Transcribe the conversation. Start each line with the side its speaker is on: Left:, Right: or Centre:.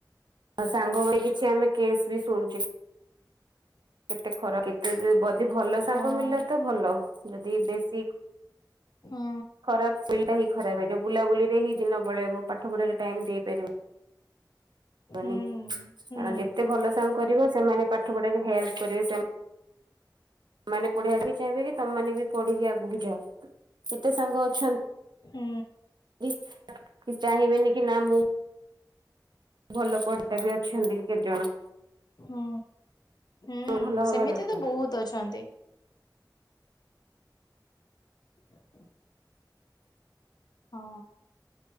Right: ଆଉ ସାଙ୍ଗ ଭାଇ କିଛି ଆମେ କେସ୍ ବି ଶୁଣୁଛେ କେତେ ଖରା କେତେ ଯଦି ଭଲ
Left: ହଁ
Right: ସାଙ୍ଗ ମିଲ ତ ଭଲ ଯଦି ବେଶୀ
Left: ହୁଁ
Right: ଖରାପ ସୁବିଧା ହ ଖରାପ ହେଇଯ ବୁଲାବୁଲିରେ ହିଁ ଦିନ ବଳେଇବ ପାଠ ପଢାରେ ଟାଇମ ଦେଇପାରିବ
Left: ହୁଁ
Right: ନି କାରଣ
Left: ହୁଁ
Right: ଯେତେ ଭଲ ସାଙ୍ଗ କରିବ ସେମାନେ ପାଠ ପଢାରେ ହେଲ୍ପ କରିବେ ସେମାନେ ମାନେ ପଢେଇିବାକୁ ଚାହିଁବେ କି ତମମାନୋନେ ବି ପଢିକି ଆଗକୁ ଯାଅ କେତେ ସାଙ୍ଗ ଅଛନ୍ତି
Left: ହୁଁ।
Right: <unintelligible> ଚାହିଁବେନି କି ନା ମୁଁ ଭଲ ପଡିଟା ବି ଅଛନ୍ତି କେତେଜଣ
Left: ହୁଁ ହୁଁ
Right: ଭଲ ହବା
Left: ସେମିତି
Right: ଦରକାର
Left: ତ ବହୁତ ଅଛନ୍ତି ଆ ହଁ